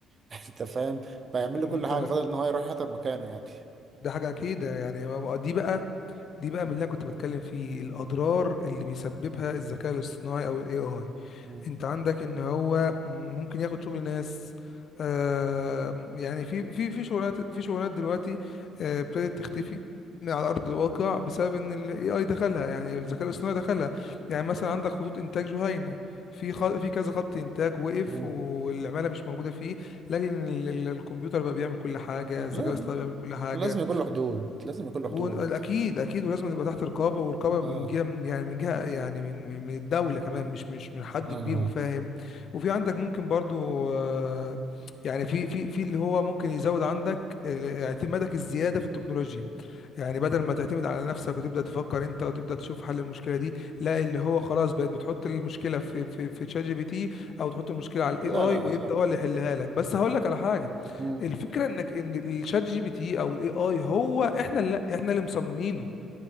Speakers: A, on the right; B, on the left.
A: <laughs> انت فاهم فيعمل لي
B: ما
A: كل
B: انت
A: حاجه
B: <laughs>
A: فضل ان هو يروح يحضر مكانه يعني
B: ده حاجه اكيد يعني دي بقى دي بقى من اللي أنا كنت بتكلم فيه الاضرار اللي بيسببها الذكاء الاصطناعي او الاي اي
A: مم.
B: انت عندك ان هو ممكن ياخد شغل ناس آه يعني في في في شغلانات في شغلانات دلوقتي آه، ابتدت تختفي على ارض الواقع بسبب ان الاي اي دخلها يعني الذكاء الاصطناعي دخلها يعني مثلا عندك خطوط انتاج جهينه في خ... في كذا خط انتاج وقف
A: مم.
B: والعماله مش موجوده فيه لاجل ان ال- ال- الكمبيوتر بقى بيعمل كل حاجه الذكاء
A: لا
B: الاصطناعي بيعمل كل حاجه
A: لازم يكون له حدود لازم يكون له حدود
B: واكيد اكيد ولازم يبقى تحت رقابه ورقابه
A: اه
B: من جهه يعني من جهه يعني من من من الدوله كمان مش مش من حد
A: اه, آه.
B: كبير وفاهم وفي عندك ممكن برضو آه، يعني في في في اللي هو ممكن يزود عندك آه، اعتمادك الزياده في التكنولوجيا يعني بدل ما تعتمد على نفسك وتبدأ تفكر انت وتبدأ تشوف حل المشكلة دي لا اللي هو خلاص بقت بتحط المشكلة في في في شات جي بي تي او تحط المشكلة على الاي
A: لا
B: اي
A: لا
B: ويبدأ
A: لا
B: هو اللي يحلها لك بس هقول لك على حاجة
A: مم.
B: الفكرة انك ان الشات جي بي تي او الاي اي هو احنا اللي احنا اللي مصممينه